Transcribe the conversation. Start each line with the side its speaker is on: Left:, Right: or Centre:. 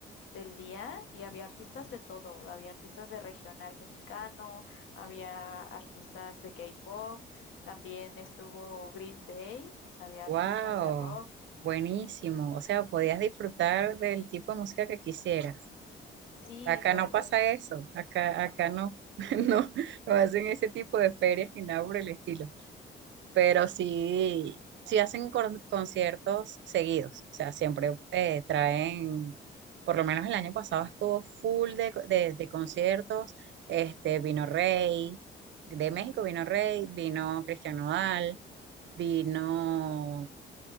Left: del día y había artistas de todo, había artistas de regional mexicano, había artistas de K-pop, también estuvo Green Day, o sea, había
Right: ¡Wow!
Left: artistas de rock.
Right: Buenísimo. O sea, podías disfrutar del tipo de música que quisieras.
Left: Sí,
Right: Acá
Left: la
Right: no
Left: verdad
Right: pasa eso. Acá, acá no, <laughs> no, no hacen ese tipo de ferias ni nada por el estilo. pero sí, sí hacen cor- conciertos seguidos, o sea, siempre eh, traen, por lo menos el año pasado estuvo full de, de- de conciertos, este, vino Rey, de México vino Rey, vino Cristian Nodal, vino